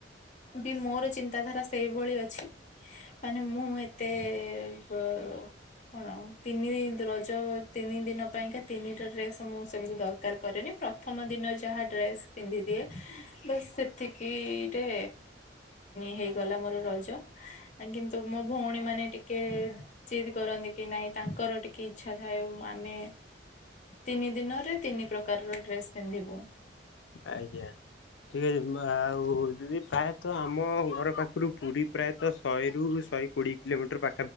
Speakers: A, on the left (about 40°); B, on the left (about 80°).
A: ବି ମୋର ଚିନ୍ତାଧାରା ସେଇଭଳି ଅଛି ମାନେ ମୁଁ ଏତେ ବ କଣ ତିନି ରଜ ତିନି ଦିନ ପାଇଁକା ତିନିଟା ଡ୍ରେସ୍ ମୁଁ ସେମିତି ଦରକାର କରେନି ପ୍ରଥମ ଦିନରେ ଯାହା ଡ୍ରେସ ପିନ୍ଧିଦିଏ ବାସ ସେତିକି ରେ ହେଇଗଲା ମୋର ରଜ କିନ୍ତୁ ମୋ ଭଉଣୀ ମାନେ ଟିକେ ଜିଦ୍ କରନ୍ତି କି ନାଇଁ ତାଙ୍କର ଟିକେ ଇଚ୍ଛା ଥାଏ ମାନେ ତିନି ଦିନରେ ତିନି ପ୍ରକାରର ଡ୍ରେସ ପିନ୍ଧିବୁ
B: ଆଜ୍ଞା ଠିକ ଅଛି ମ ଆଉ ଦିଦି ପ୍ରାୟତଃ ଆମ ଘର ପା ପାଖରୁ ପୁରୀ ପ୍ରାୟତଃ ଶହେରୁ ଶହେ କୋଡିଏ କିଲୋମିଟର ପା